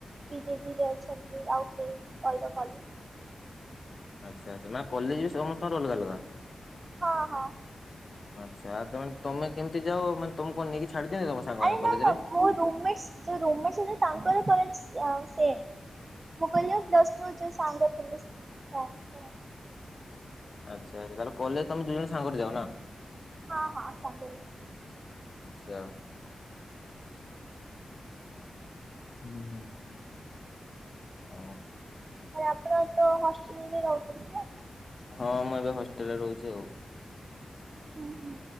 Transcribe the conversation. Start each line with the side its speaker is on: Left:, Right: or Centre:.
Right: ବିଜେପିରେ ଅଛନ୍ତି ଆଉ କିଏ ଅଲଗା କଲେଜ।
Left: ଆଚ୍ଛା ଆଚ୍ଛା ନା କଲେଜ ବି ସମସ୍ତଙ୍କର ଅଲଗା ଅଲଗା।
Right: ହଁ ହଁ।
Left: ଆଚ୍ଛା ଆ ତମେ ତମେ କେମିତି ଯାଅ ମାନେ ତମକୁ କଣ ନେଇକି ଛାଡ଼ିଦିଅନ୍ତି ତମ ସାଙ୍ଗମାନେ
Right: ଆରେ
Left: କଲେଜରେ।
Right: ନା ନା ମୋ ରୁମ୍ ମେଟ୍ସ ଯୋଉ ରୁମ୍ ମେଟ୍ସ ଅଛନ୍ତି ତାଙ୍କର କଲେଜ ଆ ସେମ୍। ମୁଁ କହିଲି ଆଉ ପ୍ଲସ୍ ଟୁ ଯୋଉ ସାଙ୍ଗ ଥିଲୁ ହଁ ହଁ।
Left: ଆଚ୍ଛା ତାହଲେ କଲେଜ ତମେ ଦୁ ଜଣ ସାଙ୍ଗରେ ଯାଉ ନା?
Right: ହଁ ହଁ ସାଙ୍ଗରେ।
Left: ଆଚ୍ଛା। ହୁଁ ହୁଁ। ଓ
Right: ଆରେ ଆପଣ ତ ହଷ୍ଟେଲରେ ବି ରହୁଛନ୍ତି ନା?
Left: ହଁ ମୁଁ ଏବେ ହଷ୍ଟେଲରେ ରହୁଚି ଆଉ।
Right: ହୁଁ ହୁଁ